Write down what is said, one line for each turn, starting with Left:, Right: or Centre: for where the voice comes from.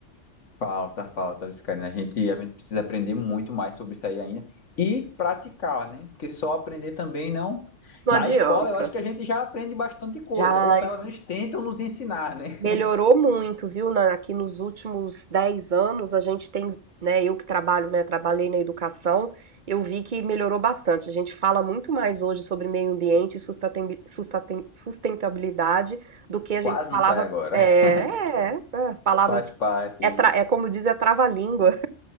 Left: Falta, falta, isso, Karina. A gente, a gente precisa aprender muito mais sobre isso aí ainda e praticar, né? Porque só aprender também não.
Right: Não
Left: Na
Right: adianta.
Left: escola, eu acho que a gente já aprende bastante coisa,
Right: Já
Left: ou pelo
Right: isso
Left: menos tentam nos ensinar, né?
Right: melhorou muito, viu? Na- aqui nos últimos 10 anos, a gente tem, né? Eu que trabalho, né? Trabalhei na educação, eu vi que melhorou bastante. A gente fala muito mais hoje sobre meio ambiente e sustatem- sustatem- sustentabilidade do
Left: <laughs>
Right: que a gente
Left: Quase
Right: falava.
Left: não sai agora.
Right: É,
Left: <laughs>
Right: é, é, palavra.
Left: Faz parte.
Right: É, tra- é como diz, é trava-língua.